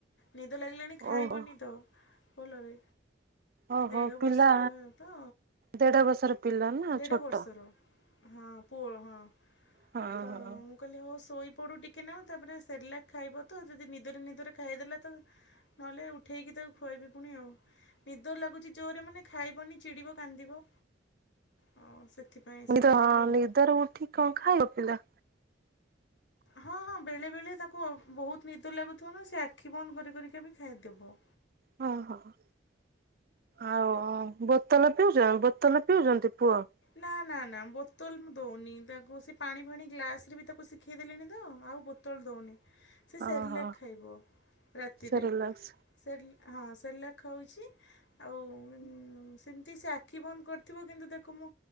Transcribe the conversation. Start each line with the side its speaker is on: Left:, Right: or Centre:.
Left: ନିଦ ଲାଗିଲାଣି ଖାଇବନି
Right: ଓହୋ
Left: ତ ଭଲରେ।
Right: ଓହୋ
Left: ଦେଢ
Right: ପିଲା
Left: ବର୍ଷର ତ
Right: ଦେଢ ବର୍ଷର ପିଲା ନା
Left: ଦେଢ଼
Right: ଛୋଟ
Left: ବର୍ଷର। ହଁ ପୁଅ ହଁ
Right: ହଁ
Left: ତ
Right: ହଁ।
Left: ମୁଁ। କହିଲି ହଉ ଶୋଇପଡ଼ୁ ଟିକେ ନାଉ ତାପରେ ଶେରଲା ଖାଇବ ତ ଯଦି ନିଦରେ ନିଦରେ ଖାଇଦେଲା ତ ନହେଲେ ଉଠେଇକି ତାକୁ ଖୁଆଇବି ପୁଣି ଆଉ। ନିଦ ଲାଗୁଛି ଜୋରରେ ମାନେ ଖାଇବନି ଚିଡ଼ିବ କାନ୍ଦିବ। ହଁ ସେଥିପାଇଁ।
Right: ନିଦ
Left: ଶୁଆଇଦେଲି
Right: ହଁ
Left: ଆଉ
Right: ନିଦର ଉଠିକି କଣ ଖାଇବ ପିଲା?
Left: ହଁ ହଁ ବେଳେ ବେଳେ ତାକୁ ବହୁତ ନିଦ ଲାଗୁଥିବ ନା ସେ ଆଖି ବନ୍ଦ କରି କରିକା ବି ଖାଇଦେବ।
Right: ହଁ ହଁ। ଆଉ ବୋତଲ ପିଉଛ ବୋତଲ ପିଉଛନ୍ତି ପୁଅ?
Left: ନା ନା ନା ବୋତଲ ମୁଁ ଦଉନି ତାକୁ ସେ ପାଣି ଫାଣି ଗ୍ଲାସ ରେ ବି ତାକୁ ଶିଖେଇ ଦେଲିଣି ତ ଆଉ ବୋ ବୋତଲ ଦଉନି ସେ ଶେରଲା
Right: ଓହୋ।
Left: ଖାଇବ ରାତିରେ।
Right: ସେରେଲାକ୍ସ
Left: ସେର ହଁ ଶେରଲା ଖାଉଛି। ଆଉ ସେମିତି ସେ ଆଖି ବନ୍ଦ କରିଥିବ କିନ୍ତୁ ତାକୁ ତା ମୁଁ